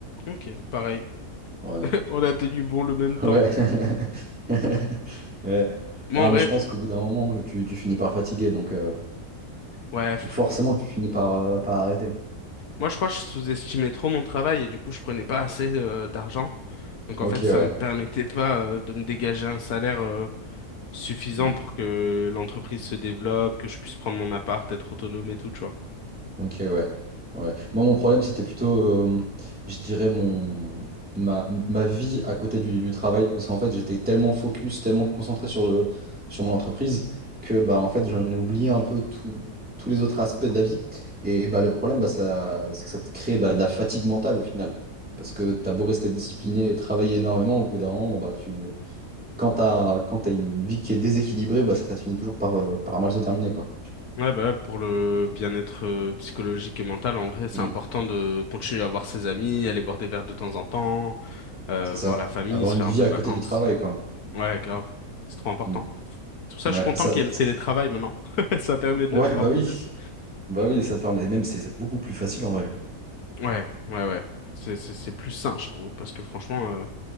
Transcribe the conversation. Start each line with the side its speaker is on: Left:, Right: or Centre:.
Left: Ok, pareil.
Centre: Ouais.
Left: <laughs> On a tenu bon le même temps.
Centre: Ouais. <laughs> Ouais.
Left: Moi,
Centre: Non,
Left: en vrai,
Centre: mais je pense qu'au bout d'un moment, tu, tu finis par fatiguer, donc, euh,
Left: ouais. pff,
Centre: donc forcément, tu finis par, euh, par arrêter.
Left: Moi, je crois que je sous-estimais trop mon travail et du coup, je prenais pas assez euh, d'argent. Donc,
Centre: Ok,
Left: en fait,
Centre: ouais.
Left: ça me permettait pas euh, de me dégager un salaire euh, suffisant
Centre: Hmm.
Left: pour que l'entreprise se développe, que je puisse prendre mon appart, être autonome et tout, tu vois.
Centre: Ok, ouais. Ouais. Moi, mon problème, c'était plutôt, euh, je dirais, mon, ma, ma vie à côté du, du travail. Parce qu'en fait, j'étais tellement focus, tellement concentré sur le, sur mon entreprise que, bah, en fait, j'en ai oublié un peu tout- tous les autres aspects de la vie. Et bah, le problème, bah, ça, c'est que ça te crée bah, de la fatigue mentale au final. Parce que t'as beau rester discipliné et travailler énormément, au bout d'un moment, bon, bah, tu, quand t'as, quand t'as une vie qui est déséquilibrée, bah, ça te finit toujours par, euh, par mal se terminer, quoi.
Left: Ouais, bah, pour le bien-être euh, psychologique et mental, en vrai, c'est
Centre: Mm.
Left: important de continuer à voir ses amis, aller boire des verres de temps en temps, euh,
Centre: C'est ça.
Left: voir la famille,
Centre: Avoir
Left: se
Centre: une
Left: faire
Centre: vie
Left: un peu
Centre: à
Left: de vacances.
Centre: côté du travail, quoi.
Left: Ouais, grave. C'est trop important.
Centre: Mm.
Left: C'est pour ça
Centre: Ouais,
Left: que je suis content
Centre: ça,
Left: qu'il y ait le
Centre: ça-
Left: télétravail maintenant. <laughs> Ça permet de
Centre: ouais,
Left: le faire
Centre: bah
Left: un peu
Centre: oui,
Left: plus.
Centre: bah oui, ça te permet. Même c'est c'est beaucoup plus facile en vrai.
Left: Ouais, ouais, ouais. C'est, c'est, c'est plus sain, je trouve, parce que franchement, euh,